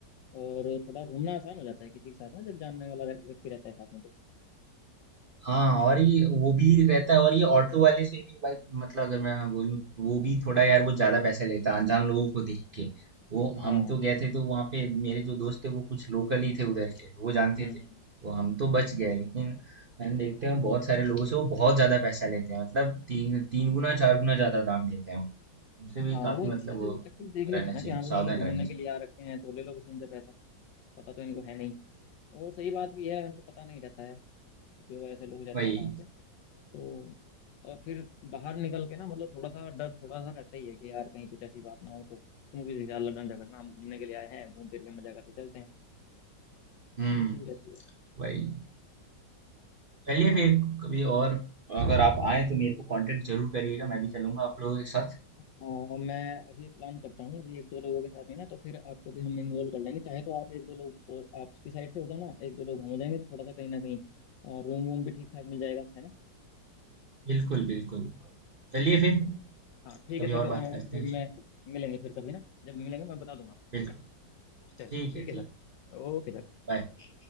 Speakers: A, on the left; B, on the right.
A: और थोड़ा घूमना आसान हो जाता है किसी के साथ में जब जानने वाला रह- व्यक्ति रहता है साथ में तो
B: हाँ और ये वो भी रहता है और ये ऑटो वाले से भी भाई मतलब अगर मैं बोलूँ तो वो भी थोड़ा यार वो ज्यादा पैसे लेता है अनजान लोगों को देख के तो हम
A: हाँ हम्म
B: तो गए थे तो वहाँ पे मेरे जो दोस्त थे वो कुछ लोकल ही थे उधर के तो वो जानते
A: हम्म। हम्म।
B: थे तो हम तो बच गए लेकिन मैंने देखते हैं बहुत सारे लोगों से वो बहुत ज्यादा पैसा लेते हैं मतलब तीन तीन गुना चार गुना ज्यादा दाम लेते हैं वो। उनसे भी
A: हाँ
B: काफी
A: वो
B: मतलब
A: ऐसे
B: वो
A: एक्चुअली देख लेते
B: रहना
A: हैं
B: चाहिए
A: ना कि हाँ भाई
B: सावधान
A: घूमने
B: रहना चाहिए
A: के लिए आ रखे हैं तो ले लो किसी इनसे पैसा पता तो इनको है नहीं और सही बात भी है उनको पता नहीं रहता है जो ऐसे लोग जाते
B: वही
A: हैं बाहर से तो और फिर बाहर निकल के ना मतलब थोड़ा सा डर थोड़ा सा रहता ही है कि यार कहीं कुछ ऐसी बात ना हो तो क्योंकि यार लड़ना झगड़ना हम घूमने के लिए आए हैं घूम फिर के मजा करके चलते हैं
B: हम्म
A: ये चीज रहती है
B: वही चलिए फिर कभी और अगर आप आए तो मेरे को कांटेक्ट जरूर करिएगा मैं भी चलूंगा आप लोगों के साथ
A: और मैं अभी प्लान करता हूँ अभी एक दो लोगों के साथ में ना तो फिर आपको भी हम इन्वॉल्व कर लेंगे चाहे तो आप एक दो लोग और आपकी साइड से हो जाना एक दो लोग हम हो जाएंगे तो थोड़ा सा कहीं ना कहीं रूम वूम भी ठीक ठाक मिल जाएगा है ना
B: बिल्कुल बिल्कुल चलिए फिर
A: चलो हाँ ठीक
B: कभी
A: है सर
B: और
A: अ,
B: बात करते
A: फिर
B: हैं
A: मैं मिलेंगे फिर कभी ना जब मिलेंगे मैं बता दूंगा आपको
B: बिल्कुल
A: ठीक है चलिए
B: ठीक
A: ठीक
B: है
A: है
B: ठीक
A: सर ओके सर
B: बाय